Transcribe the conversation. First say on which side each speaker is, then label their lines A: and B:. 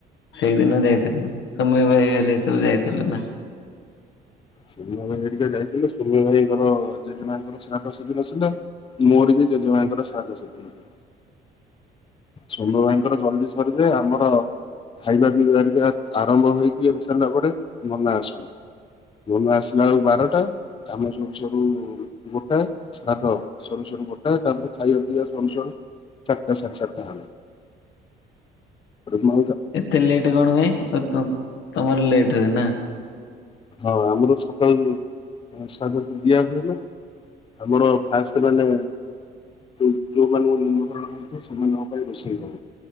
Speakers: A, on the left; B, on the left.
A: ସେଇଦିନ ଯାଇଥିଲୁ ସମୟ ବାହରେ ଏଇ ସବୁ ଯାଇଥିଲୁ ନା।
B: ଶୂନ୍ୟ ଭାଇ ହେରିକା ଯାଇଥିଲେ ଶୂନ୍ୟ ଭାଇଙ୍କର ଜେଜେମାଙ୍କର ଶ୍ରାଦ୍ଧ ସେଦିନ ଥିଲା ମୋର ବି ଜଜେମାଙ୍କର ଶ୍ରାଦ୍ଧ ସେଦିନ ଥିଲା ସନୁ ଭାଇଙ୍କର ଜଲଦି ସରିଦେ ଆମର ଖାଇବା ପିଇବା ହେରିକା ଆରମ୍ଭ ହେଇକି <unintelligible> ସରିଲା ପରେ ନନା ଆସନ୍ତି। ନନା ଆସିଲାବେଳକୁ ବାରଟା କାମ ସରୁ ସରୁ ଗୋଟାଏ ଶ୍ରାଦ୍ଧ ସରୁ ସ ଗୋଟାଏ ତାପରେ ଖାଇବା ପିଇବା ସରୁ ସରୁ ଚାରିଟା ସାଡ୍ ଚାର ଆଉ ନା। ମୁଁ
A: ଏତେ ଲେଟ୍ କଣ ପାଇଁ ଓ ତ ତମର ଲେଟରେ ନା।
B: ହଁ ଆମର ସକାଳ ଯୋଉ ଅ ଶ୍ରାଦ୍ଧ ଦିଆ ହୁଏ ନା। ଆମର ଫାଷ୍ଟ ମାନେ। ଯୋଉ ଯୋଉମାନଙ୍କୁ ନିମନ୍ତ୍ରଣ ହଉ ନଥିବ ସେମାନଙ୍କ ପାଇଁ ରୋଷେଇ ହବ।